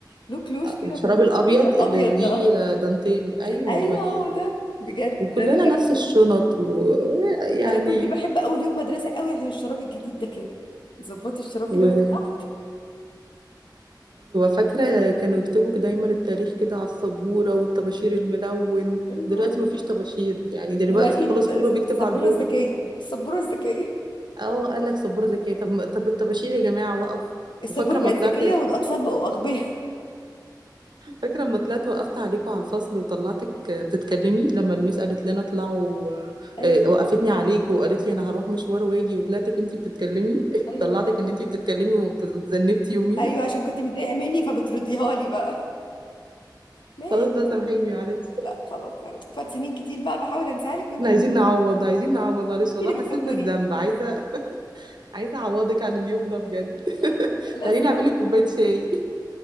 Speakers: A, on the left; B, on the right.
A: له كلوش كده
B: الشراب
A: من
B: الابيض
A: فوق كده الأبيض
B: اللي ليه
A: ده
B: دانتيل
A: <laughs>
B: ايوه
A: ايوه
B: امال
A: هو
B: ايه
A: ده بجد
B: وكلنا
A: ده
B: نفس الشنط ويعني
A: انا كنت بحب اول يوم مدرسه قوي عشان الشراب الجديد ده كده ظبطي الشراب كده
B: وايوه
A: من تحت
B: فاكره كانوا يكتبوا دايما التاريخ كده على السبوره والطباشير الملون
A: ايوه
B: دلوقتي ما فيش طباشير يعني دلوقتي
A: دلوقتي
B: خلاص
A: الت-
B: كله بيكتب
A: السبوره
B: على البورد
A: الذكيه السبوره الذكيه
B: اه قال لك سبوره ذكيه طب طب الطباشير يا جماعه وقف
A: السبوره
B: وفاكره
A: بقت
B: لما طلعت
A: ذكيه والاطفال بقوا اغبياء
B: فاكره لما طلعت وقفت عليكم على الفصل وطلعتك بتتكلمي لما الميس قالت لنا اطلعوا
A: ايوه
B: آه، وقفتني عليك وقالت لي انا هروح مشوار واجي وطلعتك انتي بتتكلمي <laughs>
A: ايوه
B: طلعتك ان انتي بتتكلمي وت- وتذنبتي يوميها
A: ايوه عشان كنت متضايقه مني فبترديها لي بقى ماشي
B: خلاص بقى
A: ماشي.
B: سامحيني معلش
A: لا خلاص يعني فات سنين كتير بقى بحاول انساها لك وانت
B: احنا
A: اللي
B: عايزين
A: بتفكريني
B: نعوض عايزين نعوض معلش
A: انت
B: والله
A: اللي
B: حسيت
A: بتفكريني
B: بالذنب عايزه عايزه اعوضك عن اليوم ده بجد
A: لا لا
B: <laughs>
A: لازما
B: تعالي نعمل لك كوبايه شاي